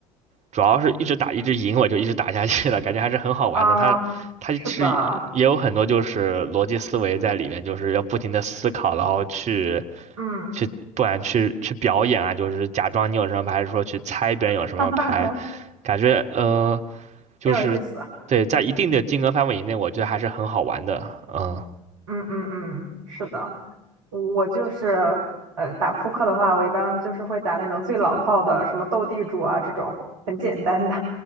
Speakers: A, on the right; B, on the right.
A: 主要是一直打一直赢，我就一直打下去了，感觉还是很好玩的。
B: 啊，
A: 它它其实也也有很多就是逻辑思维在里面，
B: 是的，
A: 就是要不停的思考，然后去
B: 嗯，
A: 去不管去去表演啊，就是假装你有什么牌，还是说去猜别人有什么牌，
B: <laughs> 哈哈哈，
A: 感觉呃就是对在一定的金额范围以内，
B: 挺有意思。
A: 我觉得还是很好玩的，嗯。
B: 嗯嗯嗯，是的，我就是呃打扑克的话，我一般就是会打那种最老套的，什么斗地主啊这种很简单的。